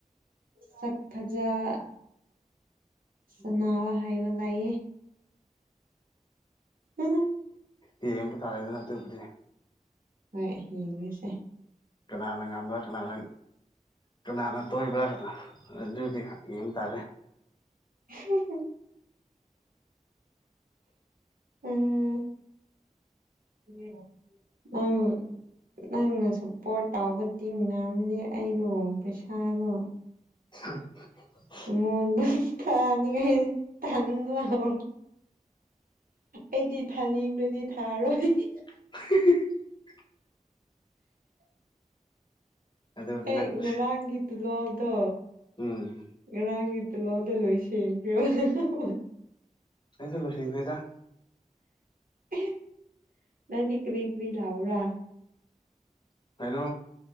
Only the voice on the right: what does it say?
ꯁꯛ ꯐꯖꯕ ꯁꯅꯥꯋꯥ ꯍꯩꯕ ꯂꯩꯌꯦ ꯎꯝ
ꯍꯣꯏ ꯍꯦꯡꯕꯤꯁꯦ
<unintelligible> ꯎꯝ ꯌꯦꯡꯉꯣ ꯅ ꯪ ꯅꯪꯅꯁꯨ ꯄꯣꯠ ꯇꯥꯎꯕꯗꯤꯉꯝꯗꯤ ꯑꯩꯗꯣ ꯄꯩꯁꯥꯗꯣ
ꯃꯣꯏꯅ ꯊꯅꯤꯉꯦꯍꯥꯢ ꯇꯥꯟꯕꯅꯥꯂꯣꯢꯔꯦ ꯑꯩꯗꯤ ꯊꯥꯅꯤꯡꯗꯗꯤ ꯊꯥꯔꯣꯏ <unintelligible>
ꯑꯩ
ꯉꯔꯥꯡꯒꯤ ꯇꯨꯂꯥꯎꯗꯣ
ꯉꯔꯥꯡꯒꯤ ꯇꯨꯂꯥꯎꯗꯣ ꯂꯣꯏꯁꯤꯟꯒꯔꯕ <unintelligible>
<unintelligible> ꯅꯪꯗꯤ ꯀꯕꯤ ꯀꯕꯤ ꯂꯧꯕꯔꯥ